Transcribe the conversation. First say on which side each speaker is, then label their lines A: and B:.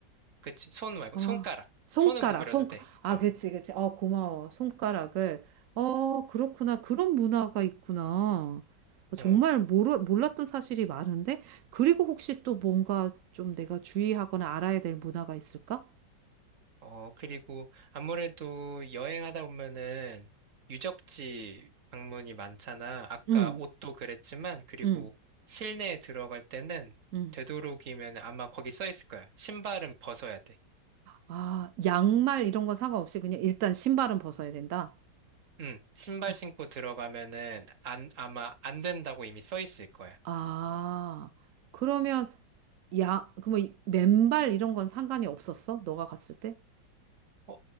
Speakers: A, on the right (about 45°); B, on the right (about 70°).
A: 그치. 손 말고
B: 아,
A: 손가락.
B: 손가락,
A: 손은 구부려도
B: 손가.
A: 돼.
B: 아,
A: 어,
B: 그치, 그치. 어, 고마워. 손가락을. 어, 그렇구나. 그런 문화가 있구나. 어, 정말
A: 어.
B: 모르, 몰랐던 사실이 많은데? 그리고 혹시 또 뭔가 좀 내가 주의하거나 알아야 될 문화가 있을까?
A: 어, 그리고 아무래도 여행하다 보면은 유적지 방문이 많잖아. 아까
B: 응,
A: 옷도 그랬지만, 그리고
B: 응,
A: 실내에 들어갈 때는
B: 응.
A: 되도록이면 아마 거기 써 있을 거야. 신발은 벗어야 돼.
B: 아, 양말 이런 건 상관없이 그냥 일단 신발은 벗어야 된다.
A: 응, 신발
B: 어.
A: 신고 들어가면은 안, 아마 안 된다고 이미 써 있을 거야.
B: 아, 그러면 야, 그뭐 맨발 이런 건 상관이 없었어? 너가 갔을 때?
A: 어,